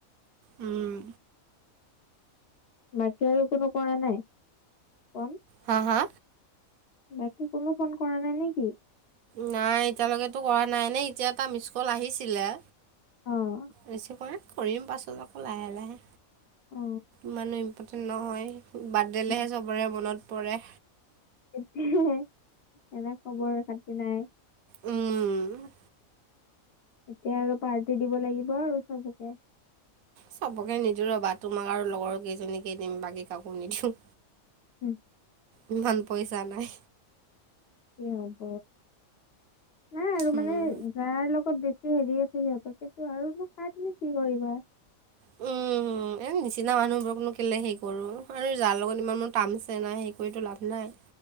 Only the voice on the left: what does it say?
বাকী আৰু কোনো কৰা নাই ফ'ন?
বাকী কোনো ফোন কৰা নাই নে নেকি?
অ',
অ'
উম।
<unintelligible> এনে খবৰ খাটি নাই।
এতিয়া আৰু পাৰ্টি দিব লাগিব আৰু চবকে।
উম'।
কি হ'ব? নাই আৰু
মানে যাৰ লগত বেছি হেৰি আছে সিহঁতকে নো আৰু নো কাক নো কি কৰিবা। <inaudible>